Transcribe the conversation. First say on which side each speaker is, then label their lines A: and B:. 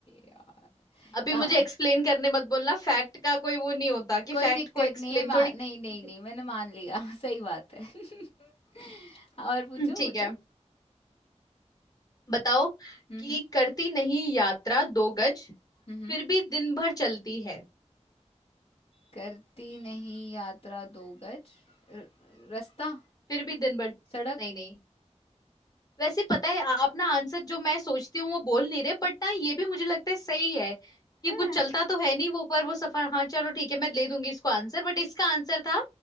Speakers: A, on the left; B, on the left.
A: यार
B: अभी
A: हाँ
B: मुझे एक्सप्लेन करने मत बोलना फैक्ट का कोई वो नहीं होता कि
A: कोई
B: फैक्ट
A: दिक्कत
B: को एक्सप्लेन
A: नहीं है मा...
B: थोड़ी
A: नहीं नहीं नहीं
B: <laughs>
A: मैंने मान लिया <laughs> सही बात है <laughs> और पूछो
B: ठीक
A: पूछो
B: है बताओ
A: हम्म
B: कि
A: हम्म
B: करती नहीं यात्रा दो गज
A: हम्म, हम्म।
B: फिर भी दिन भर चलती है
A: करती नहीं यात्रा दो गज र- रास्ता
B: फिर भी दिन भर
A: सड़क
B: नहीं नहीं वैसे पता है आप ना आंसर जो मैं सोचती हूँ वो बोल नहीं रहे बट ना ये भी मुझे लगता है सही है कि
A: हाँ
B: कुछ चलता तो है नहीं वो पर वो सफर हाँ चलो ठीक है मैं ले दूंगी इसको आंसर बट इसका आंसर था